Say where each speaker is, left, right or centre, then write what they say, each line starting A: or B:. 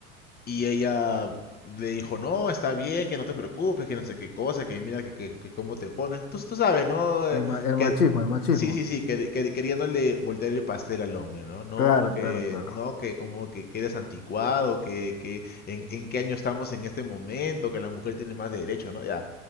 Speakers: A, on the left; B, on the left.
A: Y ella le dijo, no, está bien, que no te preocupes, que no sé qué cosa, que mira que, que- que cómo te pones. Tú, tú sabes, ¿no? Eh,
B: El, ma- el
A: Que,
B: machismo, el machismo.
A: sí, sí, sí, que, que- queriéndole voltear el pastel al hombre, ¿no? No,
B: Claro,
A: que,
B: claro, claro.
A: no, que como que, que eres anticuado, que, que en, en qué año estamos en este momento, que la mujer tiene más derechos, ¿no? Ya,